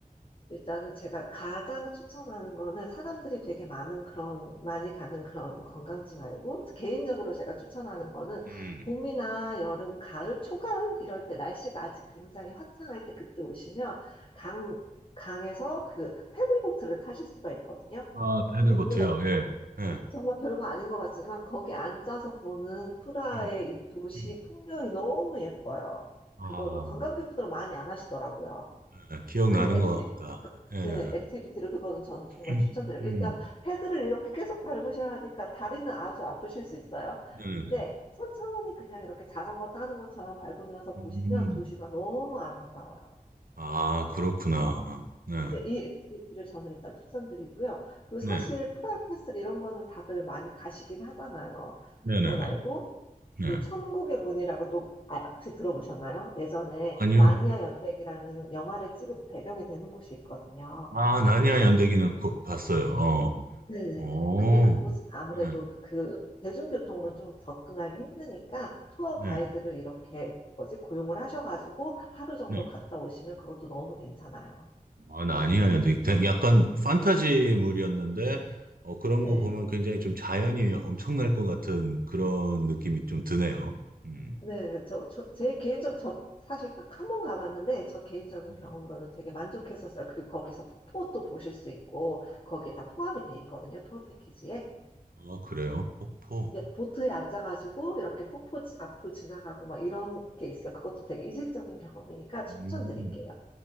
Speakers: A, on the left; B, on the right.
A: 일단은 제가 가장 추천하는 거는 사람들이 되게 많은 그런 많이 가는 그런 관광지 말고 개인적으로 제가 추천하는 거는
B: 음.
A: 봄이나 여름, 가을, 초가을 이럴 때 날씨가 아직 굉장히 화창할 때 그때 오시면 강 강에서 그 패들보트를 타실 수가 있거든요.
B: 아, 패들보트요.
A: 근데 그게
B: 예. 예.
A: 정말 별거 아닌 것 같지만 거기 앉아서 보는 프라하의
B: 음,
A: 이 도시
B: 음.
A: 풍경이 너무 예뻐요.
B: 아,
A: 그거는 관광객분들은 많이 안 하시더라고요.
B: 예, 기억나는
A: 그 액티비티,
B: 것 같다. 예.
A: 네, 액티비티를 그거는 저는 정말
B: 음,
A: 추천드려요.
B: 음,
A: 일단 패드를 이렇게 계속 밟으셔야 하니까 다리는 아주 아프실 수 있어요.
B: 네네네.
A: 근데 천천히 그냥 이렇게 자전거 타는 것처럼 밟으면서 보시면
B: 음,
A: 도시가 너무 아름다워요.
B: 아, 그렇구나. 네,
A: 네, 이 액티비티를 저는 일단 추천드리고요. 그리고
B: 네,
A: 사실 프라하캐슬 이런 거는 다들 많이 가시긴 하잖아요.
B: 네네네.
A: 그거 말고
B: 네.
A: 그 천국의 문이라고 또 아, 혹시 들어보셨나요? 예전에
B: 아니요.
A: 나니아 연대기라는 영화를 찍은 배경이 되는 곳이 있거든요.
B: 아, 나니아
A: 그곳
B: 연대기는 보- 봤어요. 어,
A: 네네네.
B: 어,
A: 근데 그곳은 아무래도
B: 네,
A: 그 대중교통으로는
B: 네,
A: 좀 접근하기 힘드니까 투어
B: 네.
A: 가이드를 이렇게 뭐지 고용을 하셔가지고 하루 정도
B: 네.
A: 갔다 오시면 그것도 너무 괜찮아요.
B: 아, 나니아 연대기. 되- 약간 판타지물이었는데, 어, 그런
A: 네.
B: 거 보면 굉장히 좀 자연이 엄청날 것 같은 그런 느낌이 좀 드네요. 음,
A: 네, 네. 저, 저, 제 개인적, 저 사실 딱 한 번 가봤는데, 저 개인적인
B: 네.
A: 경험으로는 되게 만족했었어요. 그리고 거기서 폭포도 보실 수 있고, 거기에 다 포함이 돼 있거든요, 투어 패키지에.
B: 아, 그래요? 폭포.
A: 예, 보트에 앉아가지고, 이렇게 폭포 지- 앞으로 지나가고, 막 이런 게 있어요. 그것도 되게 이색적인 경험이니까 추천드릴게요.
B: 음,